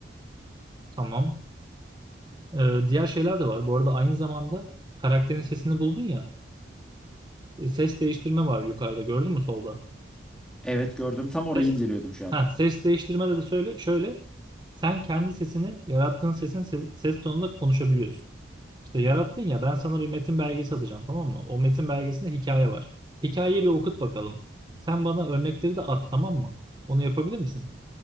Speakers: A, on the right; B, in the centre.
A: Tamam. Ee, diğer şeyler de var. Bu arada aynı zamanda karakterin sesini buldun ya. E, Ses değiştirme var yukarıda gördün mü solda?
B: Evet gördüm. Tam
A: Ses,
B: orayı inceliyordum şu an.
A: ha, ses değiştirme de, de söyle, şöyle. Sen kendi sesini yarattığın sesin ses, ses tonunda konuşabiliyorsun. İşte yarattın ya ben sana bir metin belgesi atacağım tamam mı? O metin belgesinde hikaye var. Hikayeyi bir okut bakalım. Sen bana örnekleri de at tamam mı? Onu yapabilir misin?